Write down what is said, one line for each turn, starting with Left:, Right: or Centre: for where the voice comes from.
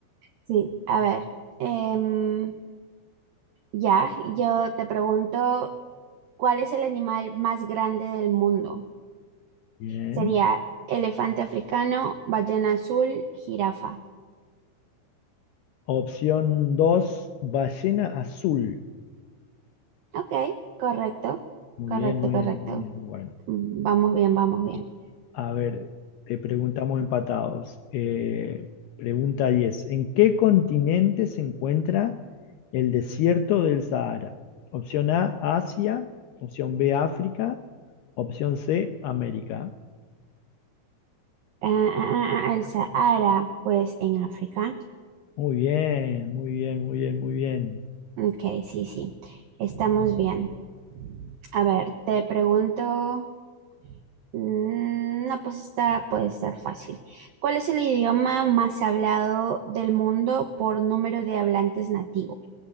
Right: Sí, a ver. em, ya, yo te pregunto, ¿cuál es el animal más grande del mundo?
Left: Bien.
Right: Sería elefante africano, ballena azul, jirafa.
Left: Opción 2, ballena azul.
Right: Ok, correcto,
Left: Muy
Right: correcto,
Left: bien, muy
Right: correcto.
Left: bien, muy bien. Bueno,
Right: Mm, Vamos bien, vamos bien.
Left: a ver, te preguntamos empatados. Eh, pregunta 10. ¿En qué continente se encuentra el desierto del Sahara? Opción A, Asia. Opción B, África. Opción C, América.
Right: Ah, ah, ah, ah, ah, el Sahara, pues en África.
Left: Muy bien, muy bien, muy bien, muy bien.
Right: Ok, sí, sí, estamos bien. A ver, te pregunto, mm, no, pues esta puede ser fácil. ¿Cuál es el idioma más hablado del mundo por número de hablantes nativos?